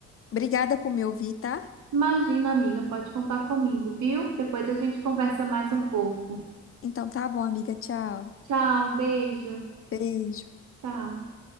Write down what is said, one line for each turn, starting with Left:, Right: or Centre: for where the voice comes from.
Left: Obrigada por me ouvir, tá?
Right: Imagina, amiga, pode contar comigo, viu? Depois a gente conversa mais um pouco.
Left: Então tá bom, amiga. Tchau.
Right: Tchau, um beijo.
Left: Beijo.
Right: Tchau.